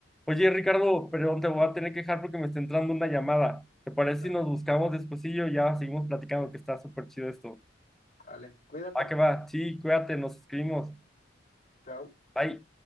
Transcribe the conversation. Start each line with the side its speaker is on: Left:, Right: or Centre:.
Centre: Oye,
Left: Tú
Centre: Ricardo,
Left: lo has dicho.
Centre: perdón, te voy a tener que dejar porque me está entrando una llamada. ¿Te parece
Left: Dale,
Centre: si nos
Left: Kir.
Centre: buscamos despuesillo? Ya seguimos platicando
Left: Eh,
Centre: que está súper chido esto.
Left: dale, cuídate.
Centre: Va que va, sí, cuídate, nos escribimos.
Left: Chao.
Centre: Bye.